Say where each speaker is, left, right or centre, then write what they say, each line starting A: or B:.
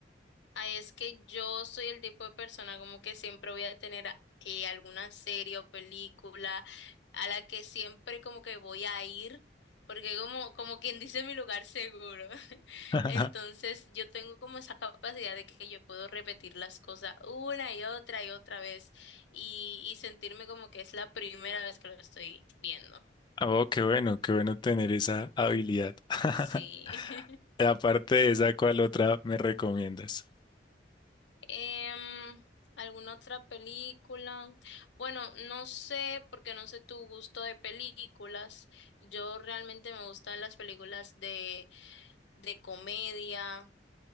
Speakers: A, on the left; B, on the left.
A: Ay, es que yo soy el tipo de persona como que siempre voy a tener eh, alguna serie o película a la que siempre como que voy a ir, porque como, como quien dice mi lugar seguro. <laughs>
B: <laughs>
A: Entonces yo tengo como esa capacidad de que yo puedo repetir las cosas una y otra y otra vez y, y sentirme como que es la primera vez que lo estoy viendo.
B: Oh, qué bueno, qué bueno tener esa habilidad. <laughs>
A: Sí. <laughs>
B: Aparte de esa, ¿cuál otra me recomiendas?
A: Em, ¿alguna otra película? Bueno, no sé, porque no sé tu gusto de películas. Yo realmente me gustan las películas de, de comedia,